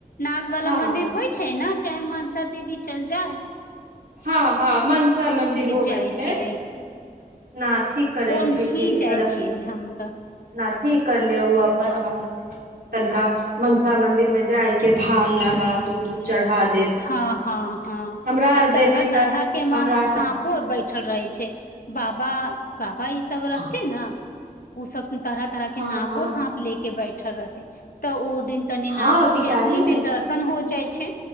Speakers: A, on the left; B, on the right.
A: नाग वाला
B: हँ हँ
A: मंदिर होइ छै ने चाहे मनसा देवी चल जायथ
B: हँ हँ मनसा मन्दिर होबै
A: जाइ
B: छै
A: छियै
B: हँ ठीक करै
A: ओनही
B: छी थी
A: जाइ
B: करह
A: छियै हम तऽ
B: न ठीक कर ले ओ अपन तनिका मनसा मंदिर मे जाइके धान लाबा दूध उध चढ़ा देब
A: हँ हँ हँ
B: हमरा
A: आ
B: आर
A: तरह
B: देने
A: तरह
B: तऽ
A: के महाँ
B: हमरा
A: सांप कोइ बैठल रहै छै बाबा बाबा ई सब
B: हँ
A: रहते ने उ सब तरह तरह के
B: हँ
A: नागो
B: हँ
A: सााँप ले के बैठल रहथि त ओ दिन तनि नागो
B: हँ पिटारी
A: के असली मे दर्शन हो जाइ छै